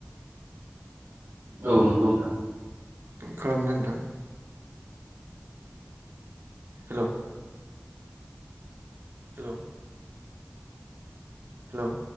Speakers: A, on the right; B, on the right.
A: औ नंगौ नोंथां।
B: ओ खोनादोना नोंथां? हेल' हेल' हेल'